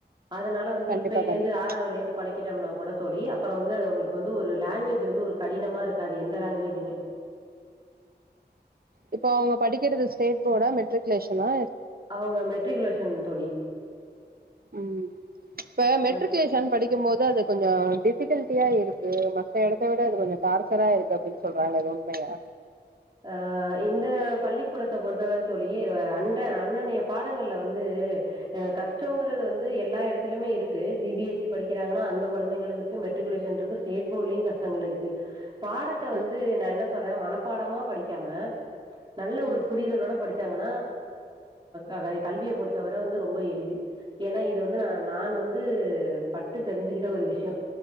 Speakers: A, on the right; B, on the right.
A: அதனால வந்து
B: கண்டிப்பா
A: இப்பேய்லந்து
B: கண்டிப்பா
A: ஆறாதுல இருந்து பழக்கீட்டம்னா கூட தோழி அப்றோ வந்து அது ஒங்ளுக்கு வந்து ஒரு லாங்வேஜ் வந்து ஒரு கடினமா இருக்காது எந்த லேங்குவேஜூமே
B: இப்ப அவங்க படிக்கிறது ஸ்டேட் போர்டா மெட்ரிக்குலேஷனா
A: அவங்க மெட்ரிகுலேஷன் தோழி
B: ம் இப்ப மெட்ரிக்குலேஷன்
A: மெட்ரிக்
B: படிக்கும் போது அது கொஞ்சோம் டிஃபிகல்ட்டியா இருக்கு மத்த எடத்த விட அது கொஞ்ச டார்ச்சரா இருக்கு அப்டின் சொல்றாங்கல்ல அது உண்மையா
A: அ இந்த பள்ளிக்கூடத்த பொறுத்த வரத் தோழி அண்ட அன்னனைய பாடங்கள்ல வந்து அ கஷ்டங்கறது வந்து எல்லா எடத்துலிலுமே இருக்கு சி பி எஸ் இ படிக்கிறாங்கன்னா அந்த கொழந்தைங்களுக்கு இருக்கு மெட்ரிக்குலேஷன் இருக்கு ஸ்டேட் போர்ட்லயும் கஷ்டங்கள் இருக்கு பாடத்த வந்து
B: ம்
A: நான்ன சொறேன் மனப்பாடமா படிக்காம நல்ல ஒரு
B: ம்
A: புரிதலோட படித் சாங்கன்னா ஆ கல்விய பொறுத்தவர வந்து ரொம்ப எளிது ஏன்னா இது வந்து நா நான் வந்து பட்டு தெரிஞ்சுகிட்ட ஒரு விஷ்யம்